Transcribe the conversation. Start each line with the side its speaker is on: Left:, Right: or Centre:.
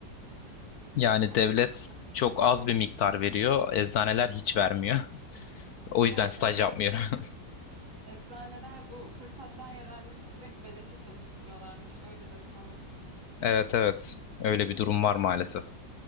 Right: Sıkıntı
Left: Yani
Right: yani.
Left: devlet çok az bir miktar veriyor. Eczaneler hiç vermiyor. O
Right: Evet
Left: yüzden
Right: şey
Left: staj
Right: dedi.
Left: yapmıyorum. <laughs>
Right: Eczaneler bu fırsattan yararlanıp direkt beleşe çalıştırıyorlarmış. Öyle dedi bana.
Left: Evet evet. Öyle bir durum var maalesef.